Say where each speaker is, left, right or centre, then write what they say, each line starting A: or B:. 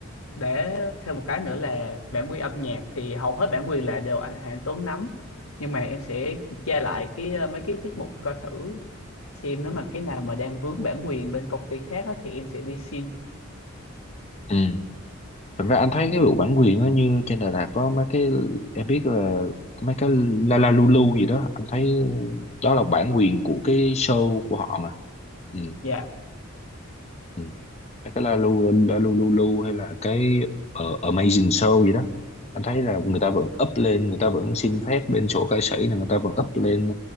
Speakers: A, on the left; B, on the left.
A: để thêm một cái nữa là bản quyền âm nhạc thì hầu hết bản quyền là đều anh Hà Anh Tuấn nắm nhưng mà em sẽ kiểm tra lại cái ờ, mấy cái tiết mục coi thử xem nếu mà cái nào mà đang vướng bản quyền bên công ty khác á, thì em sẽ đi xin
B: ừ thật ra anh thấy cái vụ bản quyền á như trên Đà Lạt có mấy cái em biết là mấy cái La La Lulu gì đó anh thấy đó là bản quyền của cái show của họ mà ừ
A: dạ
B: Ừ. mấy cái La Lu La Lu Lu Lu hay là cái ờ, Amazing Show gì đó anh thấy là người ta vẫn up lên người ta vẫn xin phép bên sổ ca sĩ là người ta vẫn up lên